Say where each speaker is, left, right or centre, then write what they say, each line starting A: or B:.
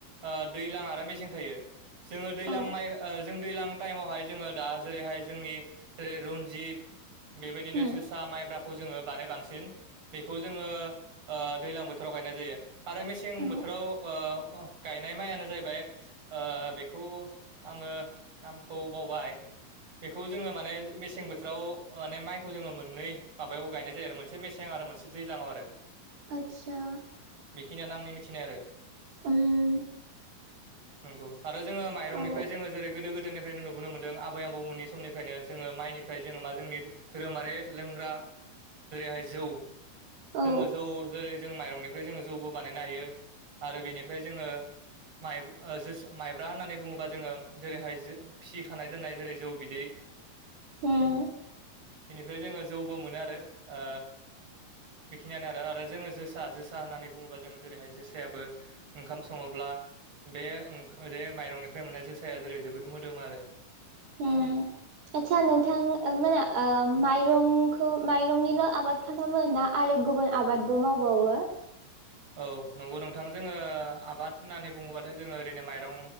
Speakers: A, on the right (about 40°); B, on the right (about 75°).
A: ओ दैज्लां आरो मेसें थायो। जोङो दैज्लां
B: औ
A: माइ ओ जों दैज्लां टाइमावहाय जोङो दा जेरैहाय जोंनि जेरै रनजित बेबायदिनो
B: उम
A: जोसा माइब्राखौ जोङो बानाय बांसिन बेखौ जोङो ओ दैजलां बोथोर बोथोराव गायनाय जायो। आरो मेसें
B: औ
A: बोथोराव ओ अ गायनाय माइयानो जाहैबाय ओ बेखौ आङो नामखौ बावबाय। बेखौ जोङो माने मेसें बोथोराव माने माइखौ जोङो मोननै माबायाव गायनाय जायो आरो मोनसे मेसें आरो मोनसे दैज्लांआव आरो।
B: आदसा।
A: बेखिनियानो आंनि मिथिनाय आरो।
B: उम
A: नंगौ। आरो जोङो माइरंनिफ्राय
B: औ
A: जोङो जेरै गोदो गोदोनि फ्रायनो नुबोनो मोनदों आबै आबौमोननि समनिफ्रायनो जोङो माइनिफ्राय जोङो मा जोंनि धोरोमारि लोंग्रा जेरैहाय जौ
B: औ
A: जोङो जौ जेरै जों माइरंनिफ्राय जोङो जौबो बानायनो हायो आरो बेनिफ्राय जोङो माइ जोस माइब्रा होननानै बुङोबा जोङो जेरैहाय जो फिसिखानाय दोननाय जेरै जौ बिदै।
B: उम
A: बेनिफ्राय जोङो जौबो मोनो आरो। ओ बेखिनियानो आरो, आरो जोङो जोस सा जोसा होननानै बुङोबा जोङो जेरैहाय जोसायाबो ओंखाम सङोब्ला बे ओं ओ बे माइरंनिफ्राय मोननाय जो साया जेरै जोबोद मोदोमो आरो।
B: उम आदसा नोंथां ओ मोना ओ माइरंखौ माइरंनिल' आबाद खालामो ना? आरो गुबुन आबादबो मावबावो?
A: औ नंगौ नोंथां। जोङो आबाद होननानै बुङोब्लाथाय जोङो ओरैनो माइरं